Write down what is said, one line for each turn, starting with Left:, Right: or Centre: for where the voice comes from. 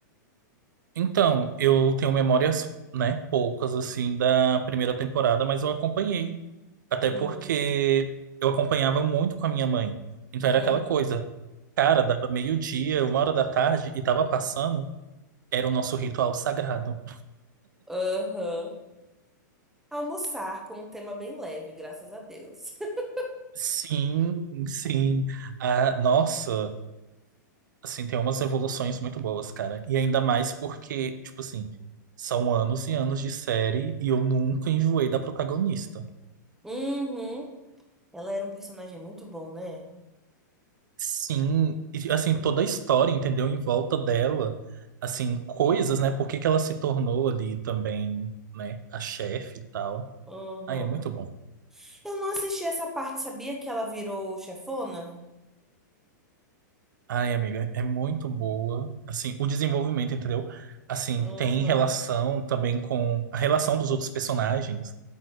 Right: Então, eu tenho memórias, né, poucas assim da primeira temporada, mas eu acompanhei. Até
Centre: Hum,
Right: porque eu acompanhava muito com a minha mãe. Então
Centre: hum,
Right: era aquela coisa. Cara, dava meio-dia, uma hora da tarde e tava passando, era o nosso ritual sagrado.
Centre: aham. Almoçar com um tema bem leve, graças a Deus. <laughs>
Right: Sim, sim. Ah, nossa, assim, tem umas evoluções muito boas, cara. E ainda mais porque, tipo assim, são anos e anos de série e eu nunca enjoei da protagonista.
Centre: Uhum. Ela era um personagem muito bom, né?
Right: Sim, e, assim, toda a história, entendeu? Em volta dela, assim, coisas, né? Por que que ela se tornou ali também, né? A chefe e tal.
Centre: Uhum.
Right: Ai, é muito bom.
Centre: Eu não assisti essa parte, sabia que ela virou chefona?
Right: Ai, amiga, é muito boa. Assim, o desenvolvimento, entendeu? Assim,
Centre: Uhum.
Right: tem relação também com a relação dos outros personagens.